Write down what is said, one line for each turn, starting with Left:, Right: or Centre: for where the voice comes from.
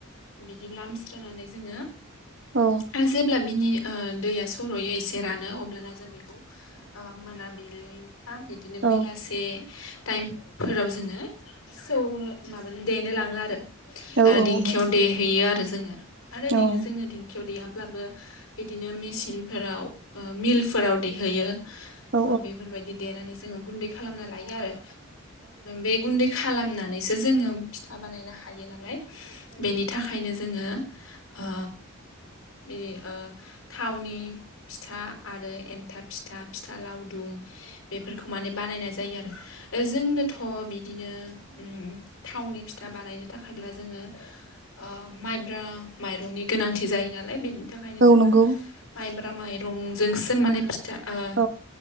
Left: बिदि लामस्रो स्रोनानै जोङो
Right: औ
Left: आरो जेब्ला बिनि ओ दैया सर'यो एसे रानो अब्लाना जों बेखौ ओ मोनाबि बिलि बा बिदिनो
Right: औ
Left: बेलासे टाइमफोराव जोङो सौनो माबानो देनो लाङो आरो
Right: औ
Left: ओ दिंखियाव
Right: नंगौ
Left: देहैयो आरो जोङो। आरो
Right: औ
Left: दिं जोङो दिंखियाव देयाब्लाबो बिदिनो मेसिनफोराव ओ मिलफोराव देहैयो
Right: औ
Left: ओ बेफोरबायदि देनानै जोङो गुन्दै खालामना लायो आरो बे गुन्दै खालामनानैसो जोङो फिथा बानायनो हायो नालाय बेनि थाखायनो जोङो ओ बि ओ थावनि फिथा आरो एन्थाब फिथा फिथा लावदुम बेफोरखौ माने बानायनाय जायो आरो ओ जोंनोथ' दिनो उम थावनि फिथा बानायनो थाखायब्ला जोङो ओ माइब्रा माइरंनि गोनांथि जायो नालाय बेनि थाखायनो जोङो
Right: नंगौ
Left: माइब्रा माइरंजोंसो माने फिथा ओ
Right: औ